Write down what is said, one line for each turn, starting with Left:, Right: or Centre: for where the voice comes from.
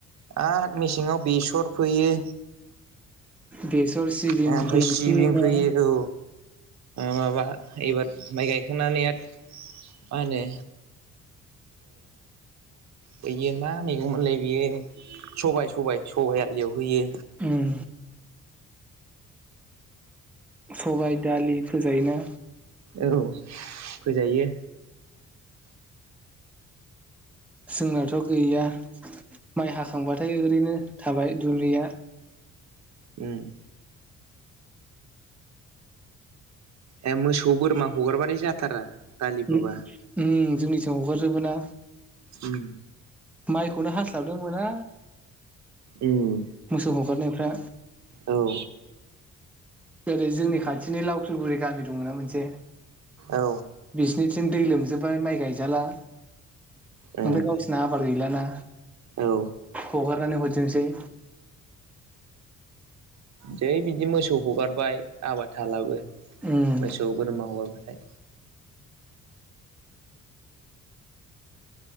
Right: आरो मेसेङाव बेसर फोयो।
Centre: गेस <unintelligible>
Right: ओमफ्राय सिबिं फोयो माबा एबार माइ गायखांनानै मा होनो बियो मा मैगंमोनलाय बियो सबाय सबाइ सबाइ आलियाव होयो।
Centre: उम सबाइ दालि फोजायोना।
Right: औ फोजायो।
Centre: जोंनाथ' गैया, माइ हाखांबाथाय ओरैनो थाबाय दुलिया।
Right: उम। ए मोसौ बोरमा हगारबाथाइ जाथारा। दालि फोबा
Centre: उम जोंनि सायाव हगारजोबोना।
Right: उम
Centre: माइखौनो हास्लाबनो मोना।
Right: उम
Centre: मोसौ हगारनायफ्रा।
Right: औ
Centre: ओेरै जोंनि खाथिनि लावख्रिगुरि गामि दङ ना मोनसे।
Right: औ
Centre: बिजनि बिथिं दै लोमजोबबाय माइ गायजाला। ओमफ्राय
Right: उम
Centre: गावसिरना आबाद गैलाना।
Right: औ
Centre: हगारनानै हरथोंसै।
Right: जै बिदि मोसौ हगारबाय आबाद थालाबो।
Centre: उम
Right: मोसौ बोरमा हगारगोन। ओइ।